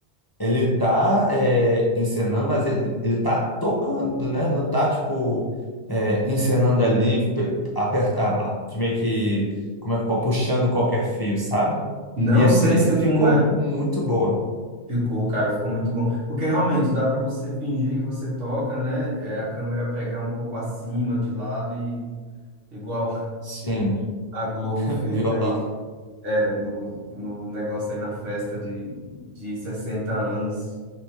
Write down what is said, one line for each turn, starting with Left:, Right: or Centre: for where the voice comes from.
Left: ele tá é, encenando, mas ele, ele tá tocando, né? Não tá, tipo, é, encenando ali, pe- aperta, a- a- meio que, como é que pode, puxando qualquer fio, sabe?
Right: Não
Left: E assim,
Right: sei se
Left: ficou
Right: como é.
Left: muito boa.
Right: Ficou, cara, ficou muito bom. Porque realmente dá pra você fingir que você toca, né? É, a câmera pegar um pouco acima, de lado e igual
Left: Sim,
Right: a Globo fez
Left: violão.
Right: é, no, no negócio aí na festa de, de 60 anos.